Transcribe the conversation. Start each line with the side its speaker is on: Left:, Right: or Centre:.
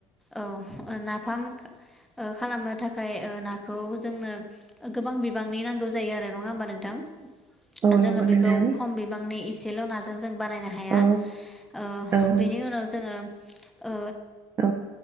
Centre: औ ओ नाफाम ओ खालामनो थाख खाय ओ ना खौ जोङनो ओग गोबां बिबांनि नांगौ जायो आरो। नङा होमबा नोंथां
Right: औ
Centre: जोङो
Right: नंगौ नोंथां
Centre: बेखौ खम बिबांनि इसेल' नाजों जों बानायनो हाया
Right: औ
Centre: ओ
Right: औ
Centre: बेनि
Right: औ
Centre: उनाव जोङो ओ
Right: औ